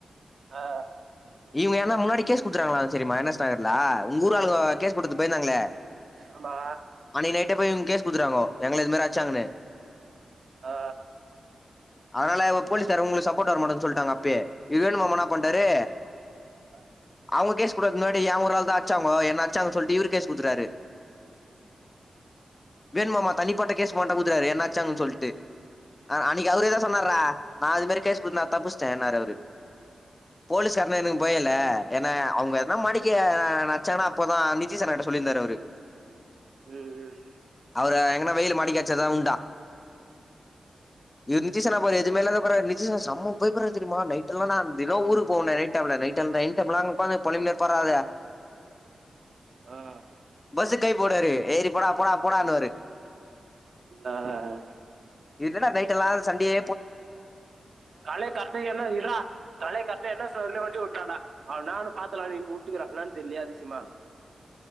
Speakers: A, on the right (about 60°); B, on the left (about 25°).
A: ஆ
B: இவனுங்க என்ன முன்னாடி கேஸ் குடுத்துறாங்களா தெரியுமா என் எஸ் நகர்ல உங்கூராளுங்க கேஸ் குடுத்து பயந்தாங்களே
A: ஆமா
B: அன்னக்கி நைட் எங்கயோ போய் இவுங்க கேஸ் குடுத்துட்டாங்கோ எங்கள இது மாரி அச்சாங்கன்னு
A: ஆ
B: அதனால இவ போலீசார் ஒங்களுக்கு சப்போர்ட்டா வர மாட்டாங்கன்னு சொல்லிட்டாங்க அப்பயே இவரு வேணுமாமா என்ன பண்டாரு
A: <inaudible>
B: அவுங்க கேஸ் குடுக்கறதுக்கு முன்னாடி ஏ ஒரு ஆள் தா அடிச்சாங்கோ என்ன அடிச்சாங்கன்னு சொல்லிட்டு இவரு கேஸ் குடுத்துட்டாரு வேணு மாமா தனிப்பட்ட கேஸ் போடா குடுத்துட்டாரு என்ன அடிச்சாங்கன்னு சொல்லிட்டு ஆ அன்னக்கி அவரே தா சொன்னார்றா நா அது மாரி கேஸ் குடுத்து நா தப்புச்சிட்டேன்னாரு அவரு போலீ எனக்கு பயோ இல்ல ஏன்னா அவுங்க எதுனா மாட்டிக்க கி என்ன அடிச்சானோ அப்பதா நிதிஸ் அண்ணாகிட்ட சொல்லிருந்தாரு அவரு
A: ம் ம்
B: ஆ எங்கன்னா வெயில மாட்டிக்கச்ச எதா உண்டா இந்த நிதிஷ் அண்ணா பாரு எதுமே இல்லாத போறாரு நிதிஷ் அண்ணா செம பயப்படுறாறு தெரியுமா நைட் எல்லா நா தினோ ஊருக்கு போவேண்டா நைட் டே டைம் இல்ல நைட் டைம் நைட் டைம்லா அங்க உக்காந்து பொலம்பினே இருப்பார்றா ஆளு
A: ம்,
B: பஸ் கை போட்டாரு ஏறி போடா போடா போடனுவாரு
A: ஆ, ஆ.
B: இது என்னடா நைட் எல்லா சண்டயே
A: கலை தம்பி என்ன இருடா கலை தம்பி என்ன சொல்லிட்டு வண்டி ஓட் நானா அவன நானு பாத்துறலான்னு நீ வுட்டுக்கிற என்னான்னு தெரிலையே அதிசயமா